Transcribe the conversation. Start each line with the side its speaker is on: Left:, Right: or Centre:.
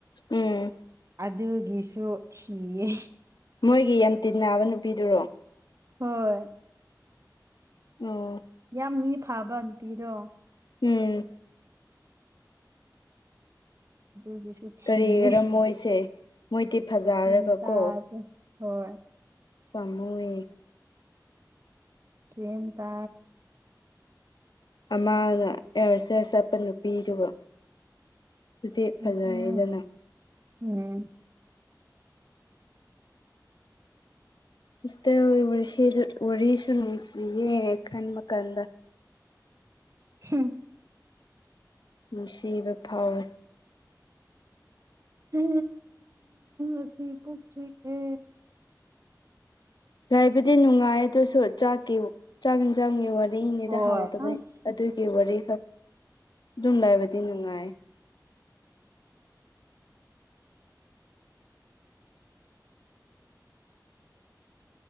Left: ꯎꯝ
Right: ꯑꯗꯨꯒꯤ ꯁꯨ ꯊꯌꯦ
Left: ꯃꯣꯏꯒꯤ ꯌꯥꯝ ꯇꯤ ꯅꯥꯕ ꯅꯨꯄꯤꯗꯨꯔꯣ
Right: ꯍꯣꯏ
Left: ꯎꯝ
Right: ꯌꯥꯝ ꯃꯤ ꯐꯥꯕ ꯅꯨꯄꯤꯗꯣ
Left: ꯎꯝ
Right: ꯑꯗꯨꯒꯤꯁꯨ ꯊꯤꯌꯦ
Left: ꯀꯔꯤ ꯀꯔꯝꯃꯣꯏꯁꯦ ꯃꯣꯏꯗꯤ ꯐꯖꯔꯒ
Right: ꯒ꯭ꯌꯥꯟ ꯇꯥꯗ꯭ꯔꯦ
Left: ꯀꯣ
Right: ꯍꯣꯏ
Left: ꯄꯥꯝꯃꯨꯏꯦ
Right: ꯍꯝ ꯇꯦ
Left: ꯑꯃꯅ ꯑꯦꯌꯥꯔꯁꯦꯁ ꯆꯠꯄ ꯅꯨꯄꯤꯗꯨꯒ ꯑꯗꯨꯗꯤ ꯐꯖꯩꯗꯅ
Right: ꯑꯗꯨꯅꯦ ꯎꯝ
Left: ꯏꯁꯗ ꯔꯤꯁ ꯔꯨꯁꯤ ꯑꯦ ꯈꯟ ꯃꯀꯥꯟꯗ
Right: ꯍꯝ
Left: ꯅꯨꯡꯁꯤꯕ ꯐꯥꯎꯋꯦ
Right: ꯎ ꯑꯁꯤ ꯄꯨꯛ ꯆꯤꯛꯑꯦ
Left: ꯍꯥꯏꯕꯗꯤ ꯅꯨꯡꯉꯥꯏ ꯑꯗꯨꯁꯨ ꯆꯥꯛꯀꯤ ꯆꯥꯡ ꯆꯥꯡꯒꯤ ꯋꯥꯔꯤ ꯃꯔꯤꯅꯤꯗ
Right: ꯍꯣꯏ
Left: ꯍꯥꯎꯗꯕꯩ
Right: ꯑꯁ
Left: ꯑꯗꯨꯒꯤ ꯋꯥꯔꯤ ꯨꯝꯗꯥꯏꯕꯗꯤꯅꯅꯨꯡꯅ